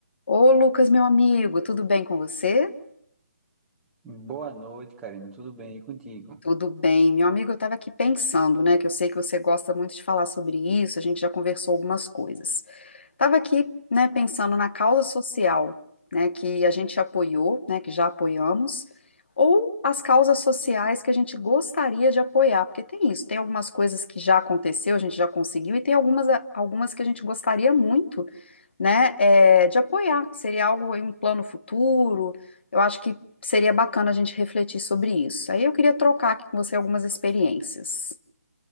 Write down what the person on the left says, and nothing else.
Ô, Lucas, meu amigo, tudo bem com você?
Tudo bem. Meu amigo, eu estava aqui pensando, né, que eu sei que você gosta muito de falar sobre isso, a gente já conversou algumas coisas. Estava aqui, né, pensando na causa social, né, que a gente apoiou, né, que já apoiamos, ou as causas sociais que a gente gostaria de apoiar, porque tem isso, tem algumas coisas que já aconteceu, a gente já conseguiu, e tem algumas, algumas que a gente gostaria muito né, é, de apoiar, que seria algo em um plano futuro. Eu acho que seria bacana a gente refletir sobre isso. Aí eu queria trocar aqui com você algumas experiências.